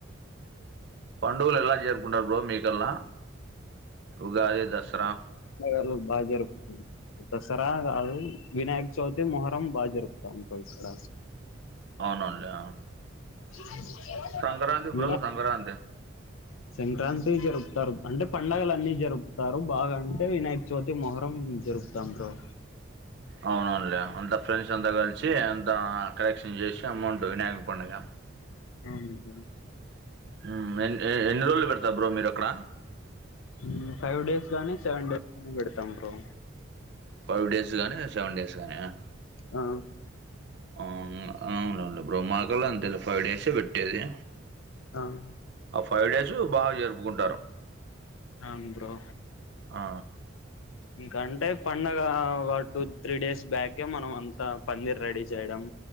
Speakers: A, on the right; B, on the left.
A: పండుగలు ఎలా జరుపుకుంటారు బ్రో మీకల్లా ఉగాది దసరా
B: మా ఊర్లో బా జరుపుకుంటారు దసరా గాదు వినాయక చవితి మొహరం బా జరుపుతాం బ్రొ ఇక్కడ
A: అవునవును లే ఆ
B: <unintelligible>
A: సంక్రాంతి బ్రో
B: వినాయక
A: సంక్రాంతి
B: సంక్రాంతి జరుపుతారు అంటే పండుగలన్నీ జరుపుతారు బాగా అంటే వినాయక చవితి మొహరం జరుపుత తందూర్
A: అవునవునులే అంతా ఫ్రెండ్స్ అంతా కలిసి అంతా కలెక్షన్ చేసి అమౌంట్ వినాయక పండుగ
B: అవును బ్రో
A: మ్మ్ ఎన్ని ఎన్ని రోజులు పెడతారు బ్రో మీరక్కడ
B: మ్మ్ ఫైవ్ డేస్ గాని సెవెన్ డేస్ గానీ పెడతాం బ్రో
A: ఫైవ్ డేస్ గానీ సెవెన్ డేస్ గానీయా
B: ఆ
A: ఆ అవునవును లే బ్రో మాకళ్ళంతేలే ఫైవ్ డేసే పెట్టేది
B: అవును
A: ఆ ఫైవ్ డేసు బాగా జరుపుకుంటారు
B: అవును బ్రో
A: ఆ
B: ఇంకంటే పండగ ఒగ టూ త్రీ డేస్ బ్యాకే మనం అంతా పందిర్ రెడీ చేయడం